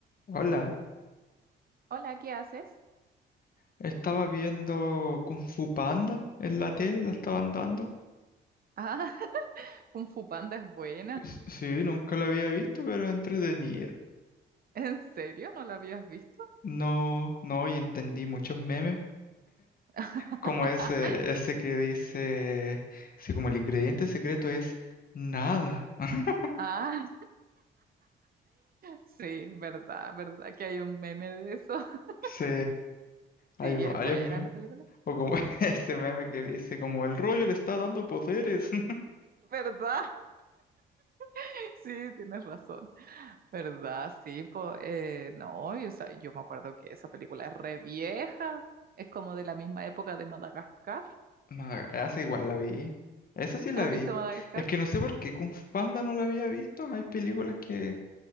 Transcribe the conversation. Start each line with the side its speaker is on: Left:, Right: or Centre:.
Left: Hola,
Right: Hola, ¿qué haces?
Left: estaba viendo Kung Fu Panda en la tele, la estaban dando.
Right: Ah, <laughs> Kung Fu Panda es buena.
Left: S- Sí, nunca la había visto, pero es entretenida.
Right: ¿En serio? ¿No la habías visto?
Left: No, no, y entendí muchos memes,
Right: <laughs>
Left: como ese, ese que dice, sí, como el ingrediente secreto es nada. <laughs>
Right: Ah, sí, verdad, verdad que hay un meme de eso. <laughs>
Left: Sí, hay
Right: Sí, es
Left: varios
Right: buena
Left: memes.
Right: la película.
Left: O como <laughs> ese meme que dice, como el rollo le está dando poderes. <laughs>
Right: ¿Verdad? <laughs> Sí, tienes razón. ¿Verdad? Sí, pues, no, y, o sea, yo me acuerdo que esa película es re vieja. Es como de la misma época de Madagascar.
Left: No, esa igual la vi. Esa sí la
Right: ¿Has
Left: vi.
Right: visto Madagascar?
Left: Es que no sé por qué Kung Fu Panda no la había visto. Hay películas que